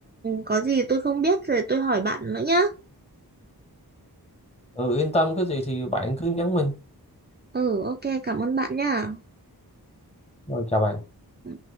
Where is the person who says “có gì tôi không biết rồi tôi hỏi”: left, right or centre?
Right